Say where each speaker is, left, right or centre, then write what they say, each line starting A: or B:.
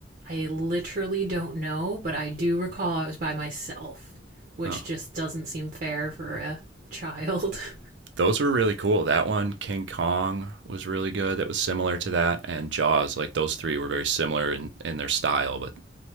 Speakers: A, on the right; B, on the right.
A: I literally don't know, but I do recall I was by myself, which
B: Oh,
A: just doesn't seem fair for a child. <laughs>
B: those were really cool. That one, King Kong, was really good. That was similar to that, and Jaws. Like those three were very similar in in their style, but